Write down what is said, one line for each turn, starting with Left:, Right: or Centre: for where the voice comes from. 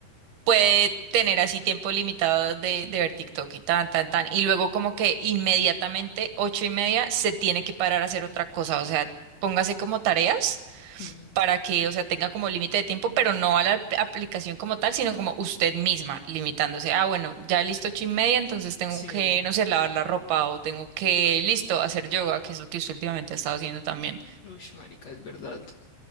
Right: puede tener así tiempo limitado de, de ver TikTok y tan, tan, tan. Y luego como que inmediatamente, ocho y media, se tiene que parar a hacer otra cosa. O sea, póngase como tareas
Left: Mm,
Right: para que, o sea, tenga como límite de tiempo, pero no a la ap- aplicación como tal, sino como usted misma limitándose. Ah, bueno, ya listo ocho y media, entonces tengo
Left: sí,
Right: que, no sé, lavar la ropa o tengo que, listo, hacer yoga, que es lo que usted últimamente ha estado haciendo también.
Left: uy, marica, es verdad.